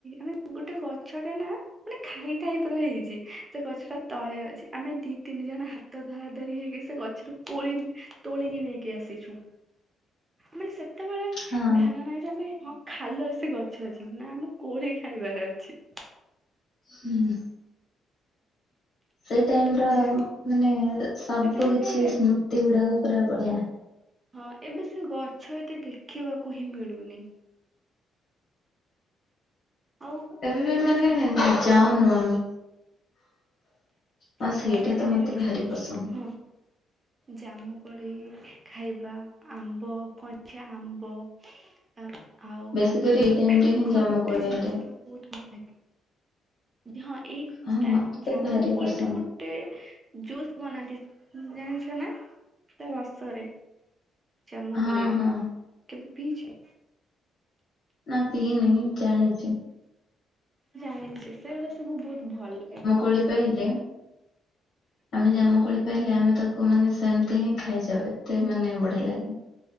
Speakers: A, on the right; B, on the left.
A: ଆମେ ଗୋଟେ ଗଛଟେ ନା ମାନେ ଖାଇ ଟାଇପ୍ ର ହେଇଚି ସେ ଗଛଟା ତଳେ ଅଛି ଆମେ ଦି ତିନି ଜଣ ହାତ ଧରା ଧରି ହେଇକି ସେ ଗଛରୁ କୋଳି ତୋଳିକି ନେଇକି ଆସିଚୁ। ମାନେ ସେତବେଳେ
B: ହଁ
A: ଧ୍ୟାନ ନାହିଁ ଯେ ଆମେ ହଁ ଖାଲରେ ସେ ଗଛ ଅଛି ନା ଆମ କୋଳି ଖାଇବାର ଅଛି।
B: ହୁଁ। ସେଇ ଟାଇମ୍ ର
A: ସେୟା
B: ମାନେ ସବୁ
A: ସେଟା ଗୋଟେ
B: କିଛି ସ୍ମୃତି ଗୁଡ଼ାକ ପୁରା ବଢ଼ିଆ।
A: ହଁ ଏବେ ସେ ଗଛ ଏତେ ଦେଖିବାକୁ ହିଁ ମିଳୁନି। ଆଉ
B: ଏବେ
A: ଖରାଦିନେ
B: ବି ମାନେ
A: ଯୋଉ ଜାମୁ
B: ଯାଉନୁ
A: କୋଳି
B: ଆମେ ହଁ
A: ଖରା
B: ସେଇଟା
A: ଦିନେ
B: ତ ମତେ
A: ଯୋଉ
B: ଭାରି
A: ଜାମ୍
B: ପସନ୍ଦ।
A: ହଁ। ଜାମୁକୋଳି ଖାଇବା ଆମ୍ବ କଞ୍ଚା ଆମ୍ବ। ଆ ଆଉ
B: ବେଶୀ
A: କଣ
B: କରି
A: ନାଁ
B: ଏଇ ଟାଇମ
A: ଏମ୍
B: ରେ
A: ଯୋଉ
B: ହିଁ
A: ଖଟା
B: ଜାମୁକୋଳି ବାହାରେ
A: ଜିନିଷ ସବ ବୋହୁତ ଭଲ ଲାଗେ। ହଁ ଏଇ
B: ହଁ
A: ଟାଇମ୍
B: ମତେ ତ
A: ଜାମୁ
B: ଭାରି
A: କୋଳିଟା
B: ପସନ୍ଦ
A: ଗୋ ଟେ ଜୁସ୍ ବନାନ୍ତି ଜାଣିଛ ନାଁ? ତା ରସରେ ଜାମୁକୋଳିରେ
B: ହଁ ହଁ
A: କେବେ ପିଇଛ?
B: ନାଁ ପିଇନି ଜାଣିଚି।
A: ଜାଣିଚି ସେଉଡ଼ା ସବୁ ବହୁତ ଭଲ ଲାଗେ।
B: ପଳି ପାଇଦେ
A: ହୁଁ
B: ଆମେ ଜାମୁକୋଳି ପାଇଲେ ଆମେ ତାକୁ ମାନେ ସେମତି ହିଁ ଖାଇଯାଉ ଏତେ ମାନେ ବଢ଼ିଆ ଲାଗେ।